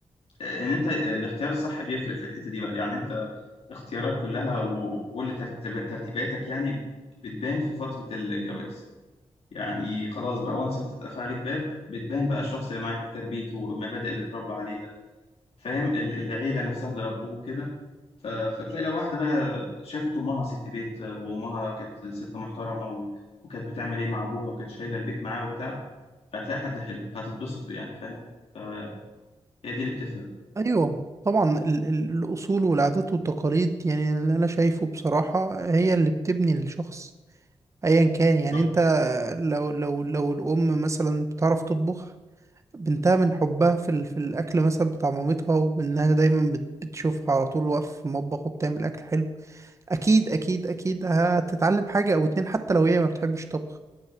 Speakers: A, on the left; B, on the right.
A: ان انت الاختيار الصح بيفرق في الحته دي بقى يعني انت اختيارات كلها و- وكل ترتيب- ترتيباتك يعني بتبان في فتره الجواز يعني خلاص بقى وانس انت اتقفل عليك باب بتبان بقى الشخص اللي معاك ده تربيته والمبادئ اللي اتربى عليها فاهم ال- العيله نفسها اللي ربوه كده ف... فتلاقي لو واحده بقى شافت امها ست بيت وامها كانت ست محترمه و... وكانت بتعمل ايه مع ابوها وكانت شايله البيت معاه وبتاع فهتلاقي حد حلو هتتبسطوا يعني فاهم فهي دي اللي بتفرق
B: ايوه طبعا ال- ال- الاصول والعادات والتقاليد يعني اللي انا شايفه بصراحة هي اللي بتبني الشخص ايا كان
A: بالظبط
B: يعني انت لو لو لو الام مثلا بتعرف تطبخ بنتها من حبها في ال- في الاكل مثلا بتاع مامتها وانها دايما بت- بتشوفها على طول واقفه في المطبخ وبتعمل اكل حلو اكيد اكيد اكيد هتتعلم حاجه او اتنين حتى لو هي ما بتحبش طبخ